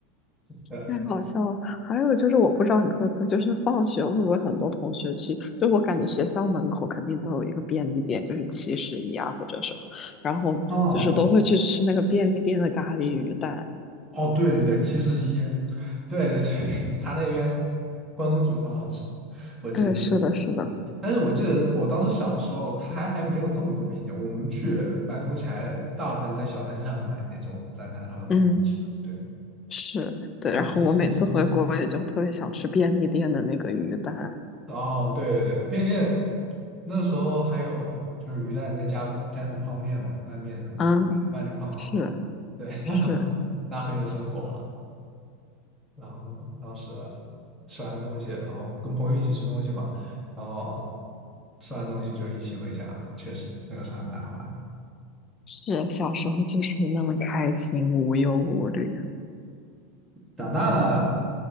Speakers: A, in the centre; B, on the left (about 20°).
A: 对，
B: 太好笑了！还有就是，我不知道你会不会，就是放学会不会很多同学去？就我感觉学校门口肯定都有一个便利店，就是七十一啊或者什么，然后就是都会去吃那个便利店的咖喱鱼蛋。
A: 哦哦，对对对，七十一，对对对，<laughs> 他那边关东煮很好吃，我记得。
B: 对，是的，是的，
A: 但是我记得我当时小的时候，它还还没有这么多便利店，我们去买东西还大部分在小摊上买那种在摊上的东西吃。
B: 嗯，
A: 对，
B: 是，对。
A: 这其实一旧是
B: 然后我每次回国也就特别想吃便利店的那个鱼蛋。
A: 哦，对对对，便利店那时候还有就是鱼蛋再加加桶泡面嘛，拌面什么的，
B: 嗯，
A: 把你泡好。
B: 是
A: 对，<laughs>
B: 是
A: 那很有生活了。然后当时吃完东西，然后跟朋友一起吃东西嘛，然后吃完东西就一起回家，确实那个时候还蛮好玩的。
B: 是，小时候就是那么开心，无忧无虑。
A: 长大了，